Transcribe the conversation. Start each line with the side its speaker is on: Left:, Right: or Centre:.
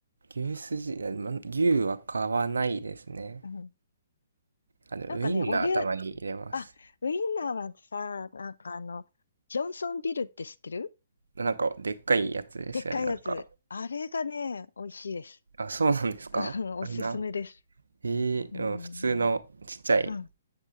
Right: う。牛すじ、あま牛は買わないですね。
Left: うん。
Right: あの、
Left: なんかね、
Right: ウインナーたまに入れます。
Left: おで、あ、ウインナーはさ、なんかあの、ジョンソンビルって知ってる
Right: なんか、でっかいやつですよね。
Left: でっかいやつ。
Right: なんか、
Left: あれがね、美味しいです。
Right: あ、そうなんですかあんな、
Left: うんおすすめです。
Right: ええうん、
Left: うん。
Right: 普通のちっちゃい
Left: うん。あ